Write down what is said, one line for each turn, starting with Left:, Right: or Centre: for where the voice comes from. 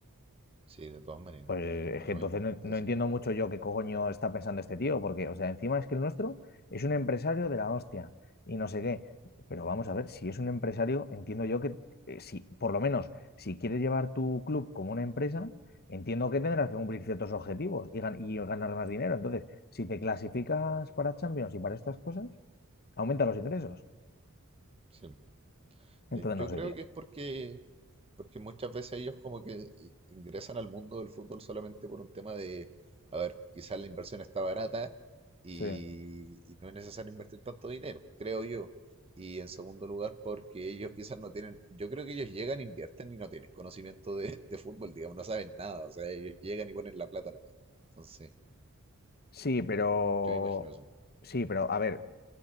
Right: Sí, de todas maneras.
Left: Pues
Right: Es mucho
Left: es que entonces
Right: más importante
Left: no, no
Right: eso.
Left: entiendo mucho yo qué coño está pensando este tío, porque, o sea, encima es que el nuestro es un empresario de la hostia y no sé qué. Pero vamos a ver, si es un empresario, entiendo yo que, eh, si, por lo menos, si quieres llevar tu club como una empresa, entiendo que tendrás que cumplir ciertos objetivos y, gan- y ganar más dinero. Entonces, si te clasificas para Champions y para estas cosas, aumenta los ingresos.
Right: Sí. Yo
Left: Entonces,
Right: yo
Left: no sé,
Right: creo
Left: tío.
Right: que es porque, porque muchas veces ellos como que eh, ingresan al mundo del fútbol solamente por un tema de, a ver, quizás la inversión está barata y,
Left: Sí.
Right: y no es necesario invertir tanto dinero, creo yo. Y en segundo lugar, porque ellos quizás no tienen, yo creo que ellos llegan, invierten y no tienen conocimiento de, de fútbol, digamos, no saben nada. O sea, ellos llegan y ponen la plata nomás. Entonces,
Left: Sí, pero.
Right: yo me imagino eso.
Left: Sí, pero a ver,